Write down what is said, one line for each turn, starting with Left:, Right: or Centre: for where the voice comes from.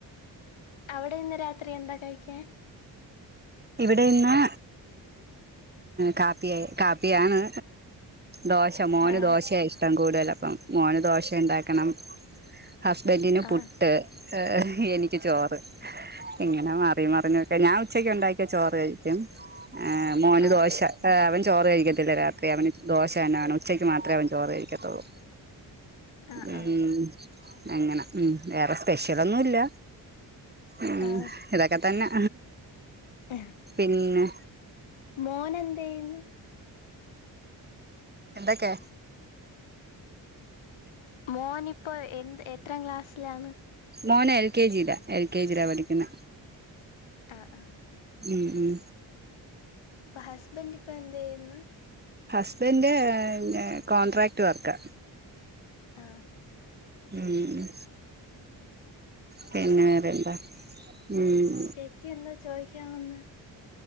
Left: അവിടെ ഇന്ന് രാത്രി എന്താ കഴിക്കാൻ
Right: ഇവിടെ ഇന്ന് കാപ്പിയ കാപ്പിയാണ് ദോശ മോന്
Left: ആഹ്
Right: ദോശയാ ഇഷ്ടം കൂടുതൽ അപ്പം മോന് ദോശ ഇണ്ടാക്കണം ഹസ്ബന്റിന്
Left: ആഹ്
Right: പുട്ട് ഏ എനിക്ക് ചോറ് ഇങ്ങനെ മാറി മറിഞ്ഞോക്കെ ഞാൻ ഉച്ചക്ക് ഉണ്ടാക്കി ചോറ് കഴിക്കും ആ മോന്
Left: ആഹ്
Right: ദോശ അവൻ ചോറ് കഴിക്കത്തില്ല രാത്രി അവന് ദോശ തന്നെ വേണം ഉച്ചയ്ക്ക് മാത്രമേ അവൻ ചോറ് കഴിക്കത്തെള്ളൂ
Left: ആഹ്
Right: ഉം അങ്ങനെ ഉം വേറെ സ്പെഷ്യലൊന്നുല്ല ഉം
Left: ആഹ്
Right: ഇതൊക്കെ തന്നെ
Left: <inaudible>
Right: പിന്നെ
Left: മോന് എന്ത് ചെയ്യുന്നു
Right: എന്തൊക്കെ
Left: മോൻ ഇപ്പം എന്ത് എത്രാം ക്ലാസ്സിലാണ്
Right: മോന് എൽ കെ ജിയിലാ എൽ കെ ജിയിലാ പഠിക്കുന്ന
Left: ആഹ് ആഹ്
Right: ഉം ഉം
Left: ഇപ്പൊ ഹസ്ബന്റ് ഇപ്പൊ എന്ത് ചെയ്യുന്നു
Right: ഹസ്ബന്റ് കോൺട്രാക്ട് വർക്കാ
Left: ആഹ്
Right: ഉം ഉം പിന്നെ വേറെയെന്താ ഉം
Left: ചേച്ചി എന്താ ചോദിക്കാൻ വന്നേ